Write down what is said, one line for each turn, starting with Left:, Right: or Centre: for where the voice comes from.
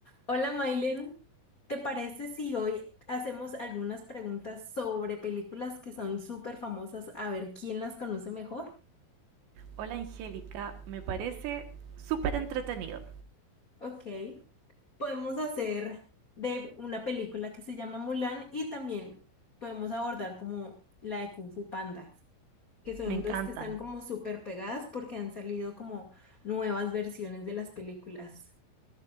Left: Hola, Mailen. ¿Te parece si hoy hacemos algunas preguntas sobre películas que son súper famosas, a ver quién las conoce mejor?
Right: Hola Angélica, me parece súper entretenido.
Left: Ok, podemos hacer de una película que se llama Mulan y también podemos abordar como la de Kung Fu Panda, que son
Right: Me encantan.
Left: dos que están como súper pegadas porque han salido como nuevas versiones de las películas.